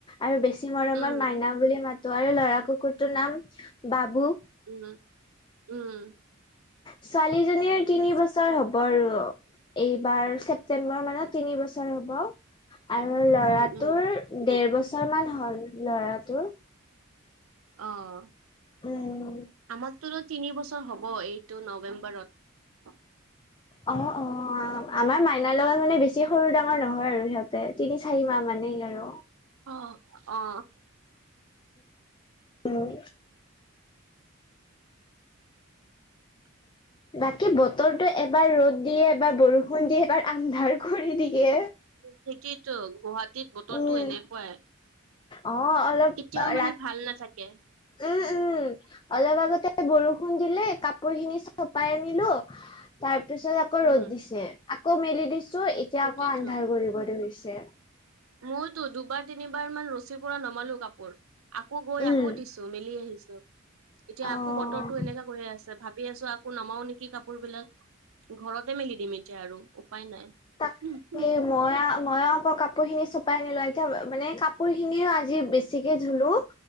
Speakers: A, on the left (about 20°); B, on the right (about 80°).
A: আৰু বেছি মৰমত
B: উম
A: মাইনা বুলি মাতো, আৰু লৰা কুকুৰটোৰ নাম বাবু।
B: উম, উম।
A: ছোৱালীজনীৰ
B: ঠিকে
A: তিনি
B: আছে
A: বছৰ হ'ব। হ'ব আৰু, এইবাৰ ছেপ্তেম্বৰ মানত তিনি বছৰ হ'বহ আৰু লৰাটোৰ
B: উম উম
A: দেৰ বছৰ মান হ'ল লৰাটোৰ।
B: অ'।
A: উম।
B: আমাৰতো তিনি বছৰ হ'ব এইটো নৱেম্বৰত।
A: অ' অ' আমাৰ মাইনাৰ লগত মানে বেছি সৰু ডাঙৰ নহয় আৰু, সিহঁত তিনি চাৰি মাহ মানেই আৰু।
B: অ' অ'।
A: উম।
B: <inaudible>
A: বাকী বতৰটো এবাৰ ৰ'দ দিয়ে, এবাৰ বৰষুণ দিয়ে, এবাৰ আন্ধাৰ কৰি দিয়ে।
B: সেইটোতো গুৱাহাটীত বতৰতো
A: উম,
B: এনেকুৱাই,
A: অ', অলপ
B: কেতিয়াও
A: ৰাত
B: মানে ভাল নাথাকে।
A: উম, উম। অলপ আগতে বৰষুণ দিলে কাপোৰ খিনি চপাই আনিলো, তাৰ পিছত আকৌ
B: উম
A: ৰ'দ দিছে, আকৌ মেলি দিছো এতিয়া
B: সেইটোয়েতো
A: আকৌ আন্ধাৰ কৰিব ধৰিছে।
B: মইতো দুবাৰ তিনিবাৰ মান ৰছীৰ পৰা নমালো কাপোৰ। আকৌ গৈ
A: উম,
B: আকৌ দিছো, মেলি আহিছো, এতিয়া
A: অ'।
B: আকৌ বতৰটো এনেকা আছে ভাবি আছো, আকৌ নমাও নেকি কাপোৰ বিলাক, ঘৰত ততে মেলি দিম এতিয়া আৰু, উপায় নাই।
A: তাকে মই মইও আকৌ কাপোৰ খিনি চপাই আনিলো, এতিয়া মানে কাপোৰ খিনিও আজি বেছিকে ধুলো।